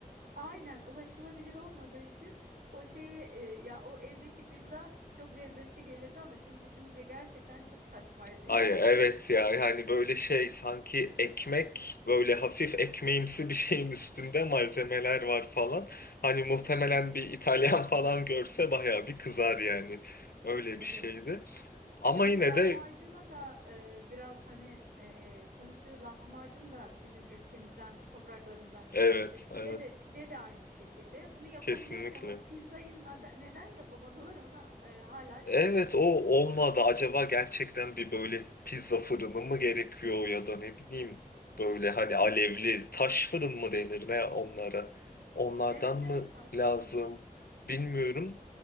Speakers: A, on the right; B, on the left.
A: aynen ulaşılabilir olmadığı için o şeyi e, ya o evdeki pizza çok lezzetli gelirdi ama şimdi düşününce gerçekten çok saçmaydı yani.
B: Ay evet
A: <laughs>
B: ya yani böyle şey sanki ekmek böyle hafif ekmeğimsi bir şeyin üstünde malzemeler var falan. Hani muhtemelen bir İtalyan <laughs> falan görse bayağı bir kızar yani. Öyle
A: Evet.
B: bir şeydi. Ama
A: Yani
B: yine
A: lahmacuna
B: de
A: da e, biraz hani e, sonuçta lahmacun da bizim ülkemizden, topraklarımızdan çıkan
B: Evet,
A: bir şey. Pide
B: evet.
A: de pide de aynı şekilde. Bunu yapabiliyorken
B: Kesinlikle.
A: o pizzayı nada- neden yapamadılar onu e, hala çözebilmiş
B: Evet, o olmadı.
A: değilim.
B: Acaba gerçekten bir böyle pizza fırını mı gerekiyor ya da ne bileyim böyle hani alevli taş fırın mı denir ne onlara? Onlardan
A: Evet
B: mı
A: evet taş
B: lazım?
A: fırın.
B: Bilmiyorum.